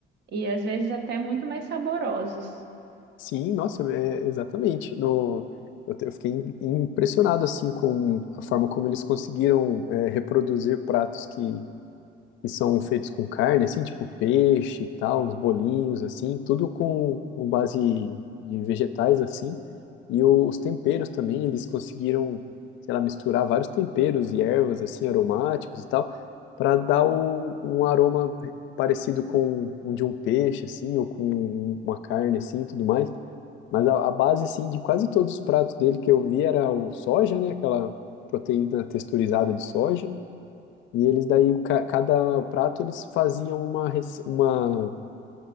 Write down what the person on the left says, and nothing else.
Sim, nossa, é, exatamente. No, eu, te- eu fiquei im- impressionado assim com a forma como eles conseguiram é, reproduzir pratos que, que são feitos com carne, assim, tipo peixe e tal, uns bolinhos assim, tudo com, com base de vegetais assim. E o- os temperos também, eles conseguiram, sei lá, misturar vários temperos e ervas assim aromáticos e tal, para dar o- um aroma parecido com o de um peixe assim, ou com um, uma carne assim, e tudo mais. Mas a, a base, assim, de quase todos os pratos dele que eu vi era o soja, né? Aquela proteína texturizada de soja. E eles daí, ca- cada prato, eles faziam uma, rec- uma,